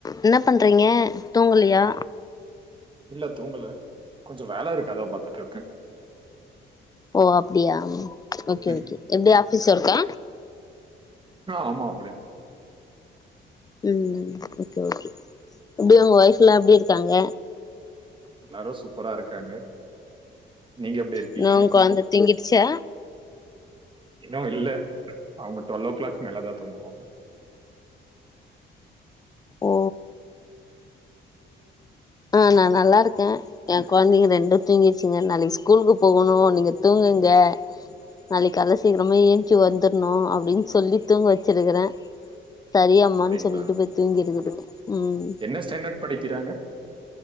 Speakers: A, on the left; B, on the right.
A: என்ன பண்றீங்க தூங்கலியா
B: இல்ல தூங்கல கொஞ்ச வேல இருக்கு அதா பாத்துட்டு இருக்கே
A: ஓ அப்டியா ஓகே
B: ம்.
A: ஓகே எப்டி ஆபீஸ் ஒர்க்கா
B: ஆ, ஆமா அப்படிதான்
A: ம் ஓகே ஓகே எப்டி உங்க ஒய்ஃப் எல்லா எப்டி இருக்காங்க
B: எல்லாரு சூப்பரா இருக்காங்க நீங்க எப்டி இருக்கீங்க
A: இன்னு கொழந்த தூங்கிடுச்சா
B: இன்னு இல்ல அவங்க டுவெல் ஓ கிளாக் மேலதா தூங்குவாங்க
A: ஓ ஆ நா நல்லா இருக்கே ஏ கொழந்தைங்க ரெண்டு தூங்கிருச்சுங்க நாளைக்கு ஸ்கூலுக்கு போகணு நீங்க தூங்குங்க நாளைக்கு கால்ல சீக்கிரமா ஏஞ்சி வந்துரணு அப்டின்னு சொல்லி தூங்க வச்சிருக்கறே சரி அம்மான்னு
B: அப்படிங்களா
A: சொல்லிட்டு போய் தூங்கிருக்குது ம்
B: என்ன ஸ்டாண்டர்ட் படிக்கிறாங்க